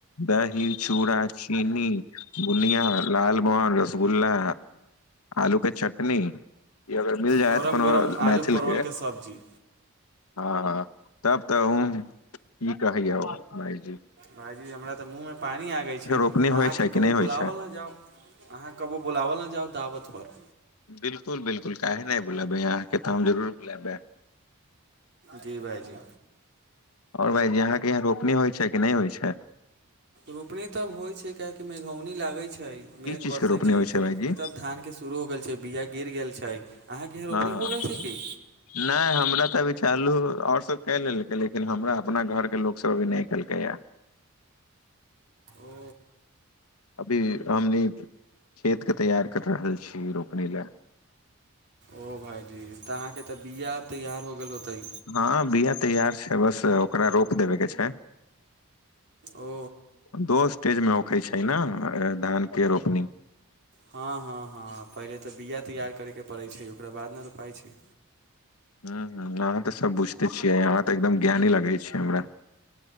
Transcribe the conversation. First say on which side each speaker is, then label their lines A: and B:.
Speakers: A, on the left; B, on the right.
A: दही चूड़ा चीनी बुनिया लालमोहन‌र रसगुला आलू के चटनी य अगर मिल जाय
B: गरम
A: त कोनो
B: गरम
A: मैथिल
B: आलू परवलके
A: के
B: सब्जी
A: हँ हँ तब तऽ क कहैया भायजी
B: भायजी हमरा तऽ मूँहमे पानि आगै छै
A: रोपनी
B: अहाँके
A: होइ छै कि
B: कबो
A: नहि
B: बुलावल
A: होइ छै
B: नहि जाउ अहाँ कबु बुलावल ने जाउ दावत पर
A: बिल्कुल बिल्कुल काहे नहि बुलबै अहाँके त हम जरूर बुलेबै
B: जी भाईजी
A: आओर भाईजी आहाँके यहाँ रोपनी होइ छै कि नहि होइ छै
B: रोपनी तहोइ छै कियेकि मेघौनी लागैत छै
A: की
B: मेघ
A: चीज
B: बरसै
A: के रोपनी
B: छै
A: होइ
B: त
A: भाईजी
B: रोपनी तब धानके शुरू हो गेल छै बीया गिर गेल छै अहाँके
A: हँ
B: एहन रोपनि
A: हँ
B: हो गेल छै की
A: नहि हमरा त <unintelligible> चलू आओर सब कएै लेलकै लेकिन हमरा अपना घरके लोकस अभी नहि केलकैए
B: ओ
A: अभी हमनी खेतके तैयार कर रहल छी रोपनी लै
B: ओ भाइजी त अहाँके त बीआ तैयार हो गेल होतै
A: हँ बिया तैयार छै बस ओकरा रोप देबे के छै
B: ओ
A: दो स्टेजमे होकै छै ने धानके रोपनी
B: हँ हँ हँ पहिले त बीआ तैयार करैके पड़ै छै ओकरा बाद ने रोपाइ छै
A: ह ह अहाँ त सब बुझते छियै अहाँ त एकदम ज्ञानी लगे छै हमरा